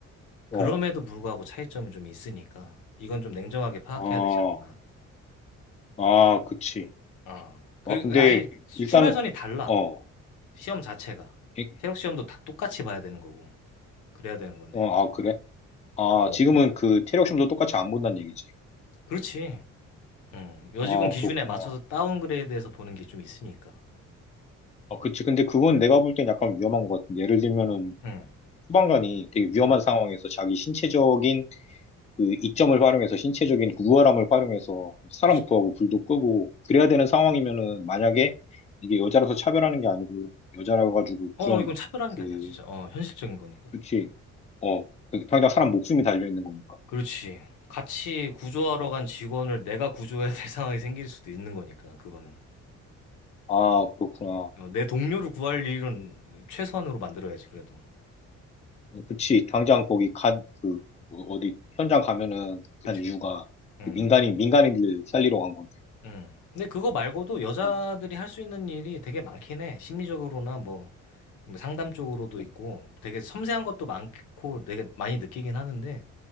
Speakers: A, on the left; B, on the left.
A: 그럼에도
B: 어,
A: 불구하고 차이점은 좀 있으니까, 이건 좀 냉정하게 파악해야
B: 아,
A: 되지 않나.
B: 아, 그치.
A: 아, 그,
B: 아, 근데,
A: 그 아예 출발선이
B: 일단은,
A: 달라.
B: 어,
A: 시험 자체가.
B: 이-
A: 체력 시험도 다 똑같이 봐야 되는 거고, 그래야 되는 건데,
B: 어, 아, 그래? 아,
A: 그게 없으니까.
B: 지금은 그 체력
A: 음.
B: 시험도 똑같이 안 본다는 얘기지.
A: 그렇지. 음, 여직원
B: 아,
A: 기준에
B: 그렇구나.
A: 맞춰서 다운그레이드해서 보는 게 좀 있으니까.
B: 아, 그치. 근데 그건 내가 볼 땐 약간 위험한 것 같은데. 예를 들면은,
A: 응,
B: 소방관이 되게 위험한
A: 응,
B: 상황에서 자기 신체적인 그 이점을 활용해서 신체적인 우월함을 활용해서 사람
A: 그치.
B: 구하고 불도 끄고 그래야 되는 상황이면은 만약에 이게 여자라서 차별하는 게 아니고 여자라 가지고
A: 어,
B: 그런
A: 이건 차별하는
B: 그
A: 게 아니야, 진짜. 어, 현실적인 거니까.
B: 그치 어 그 당장 사람 목숨이 달려 있는 거니까
A: 그렇지. 같이 구조하러 간 직원을 내가 구조해야 될 <laughs> 상황이 생길 수도 있는 거니까, 그거는.
B: 아 그렇구나
A: 어, 내 동료를 구할 일은 최소한으로 만들어야지, 그래도.
B: 어, 그치 당장 거기 간 그 어디 현장 가면은 간
A: 그치,
B: 이유가
A: 그치. 응,
B: 그
A: 응.
B: 민간인 민간인들 살리러 간 건데
A: 응. 근데 그거 말고도 여자들이
B: 어,
A: 할 수 있는 일이 되게 많긴 해. 심리적으로나 뭐, 뭐 상담 쪽으로도
B: 음,
A: 있고, 되게 섬세한 것도 많고, 되게 많이 느끼긴 하는데,